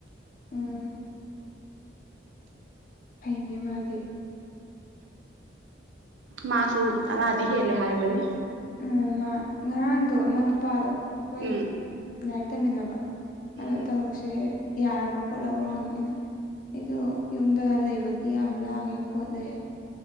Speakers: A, on the left; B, on the right.
A: ꯎꯝ ꯐꯩꯅꯦ ꯃꯥꯗꯤ
B: ꯃꯥꯁꯨ ꯇꯔꯥꯗꯤ ꯍꯦꯜꯂꯦ ꯍꯥꯏꯕꯅꯤ
A: ꯎ ꯃꯥ ꯉꯔꯥꯡꯗꯣ ꯃ ꯅꯨꯄꯥꯗꯣ ꯑꯩꯈꯣꯏ
B: ꯎꯝ
A: ꯂꯥꯏꯔꯤꯛ ꯇꯝꯃꯤꯟꯅꯕ ꯑꯗꯨꯅ
B: ꯎꯝ
A: ꯇꯧꯔꯛꯁꯦ ꯌꯥꯔꯕ꯭ꯔꯣ ꯈꯣꯠꯂꯕꯣ ꯍꯪꯉꯛꯑꯦꯅ ꯑꯩꯗꯣ ꯌꯨꯝꯗ ꯂꯩꯕꯒꯤ ꯌꯥꯝ ꯂꯥꯡꯉꯦ ꯈꯣꯠꯂꯦ